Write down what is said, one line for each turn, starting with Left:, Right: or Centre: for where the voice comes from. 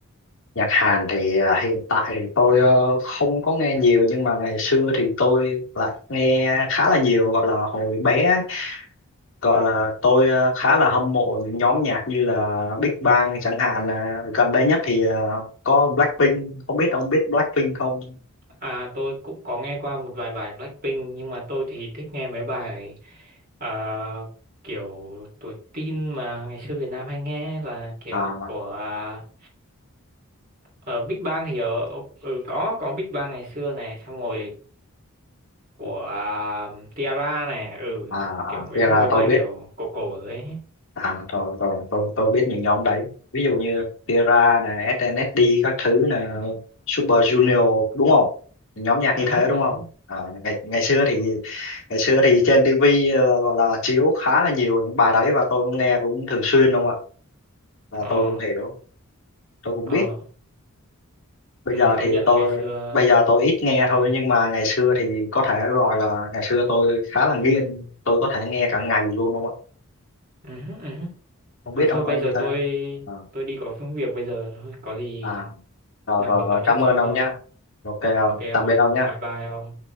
Left: Nhạc Hàn thì à, hiện tại thì tôi ờ, không có nghe nhiều nhưng mà ngày xưa thì tôi lại nghe khá là nhiều gọi là hồi bé ấy. gọi là tôi ờ, khá là hâm mộ những nhóm nhạc như là Big Bang chẳng hạn là gần đây nhất thì ờ, có Blackpink không biết ông biết Blackpink không
Right: À, tôi cũng có nghe qua một vài bài Blackpink nhưng mà tôi thì thích nghe mấy bài ờ, kiểu tuổi teen mà ngày xưa Việt Nam hay nghe là kiểu
Left: à,
Right: của à, ờ, Big Bang thì ở ừ, có có Big Bang ngày xưa này xong rồi của à, Tiara này ừ
Left: à, à,
Right: kiểu mấy
Left: thì là
Right: mấy bài
Left: tôi biết
Right: kiểu cổ cổ đấy
Left: À, rồi rồi tôi tôi biết những nhóm đấy ví dụ như Tira nè SNSD các thứ nè Super Junior đúng không nhóm nhạc
Right: ừ
Left: như thế đúng
Right: ừ
Left: không à, ngày ngày xưa thì ngày xưa thì trên TV là, là, là chiếu khá là nhiều những bài đấy và tôi nghe cũng thường xuyên đúng không ạ là
Right: ờ
Left: tôi cũng hiểu tôi cũng
Right: ờ
Left: biết bây
Right: ừ,
Left: giờ
Right: công
Left: thì
Right: nhận là
Left: tôi
Right: ngày xưa
Left: bây giờ tôi ít nghe
Right: nghe hay
Left: thôi
Right: thật
Left: nhưng mà ngày xưa thì có thể gọi là ngày xưa tôi khá là nghiện tôi có thể nghe cả ngày luôn đúng không ạ
Right: ừ ừ
Left: không
Right: À
Left: biết ông
Right: thôi
Left: có
Right: bây
Left: như
Right: giờ
Left: thế
Right: tôi
Left: không?
Right: tôi đi có việc bây giờ thôi, có gì
Left: à, à Rồi
Right: nào
Left: rồi
Right: mình
Left: rồi,
Right: nói
Left: cảm
Right: chuyện sau
Left: ơn ông
Right: nhau.
Left: nhá. Ok ông,
Right: Ok ông
Left: tạm biệt
Right: nha.
Left: ông nhá.
Right: Bye bye ông.